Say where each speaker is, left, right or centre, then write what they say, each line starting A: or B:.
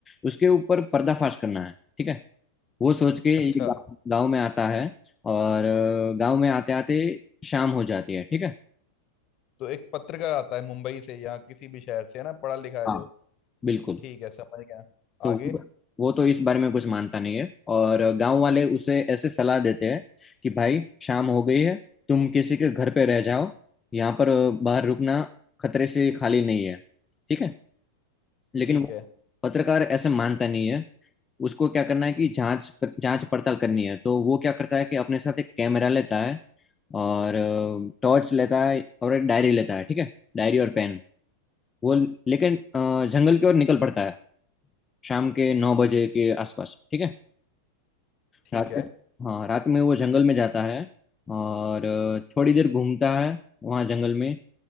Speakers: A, on the left; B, on the left.
A: उसके ऊपर पर्दाफाश करना है ठीक है वो सोच के
B: अच्छा
A: ये गांव गांव में आता है और गांव में आते आते शाम हो जाती है ठीक है
B: तो एक पत्रकार आता है मुंबई से या किसी भी शहर से है ना पढ़ा लिखा है
A: हाँ
B: जो
A: बिल्कुल
B: ठीक है समझ गया
A: तो
B: आगे
A: वो वो तो इस बारे में कुछ मानता नहीं है और गांव वाले उसे ऐसे सलाह देते हैं कि भाई शाम हो गई है तुम किसी के घर पे रह जाओ यहाँ पर बाहर रुकना खतरे से खाली नहीं है ठीक है लेकिन
B: ठीक
A: वो
B: है
A: पत्रकार ऐसे मानता नहीं है उसको क्या करना है कि जांच जांच पड़ताल करनी है तो वो क्या करता है कि अपने साथ एक कैमरा लेता है और टॉर्च लेता है और एक डायरी लेता है ठीक है डायरी और पेन वो लेकिन अ, जंगल की ओर निकल पड़ता है शाम के नौ बजे के आसपास ठीक है
B: ठीक
A: रात
B: है
A: के हाँ रात में वो जंगल में जाता है और अ, थोड़ी देर घूमता है वहाँ जंगल में